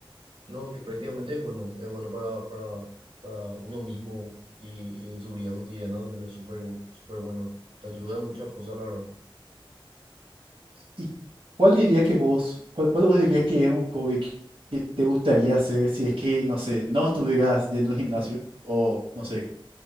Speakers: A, on the right; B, on the right.
A: No, que prácticamente es bueno, es bueno para, para, para uno mismo y en su vida cotidiana también es súper, súper bueno. Te ayuda en muchas cosas, la verdad.
B: ¿Y cuál dirías que vos, cuál, cuál vos dirías que es un hobby que que te gustaría hacer si es que, no sé, no estuvieras yendo al gimnasio? O, no sé,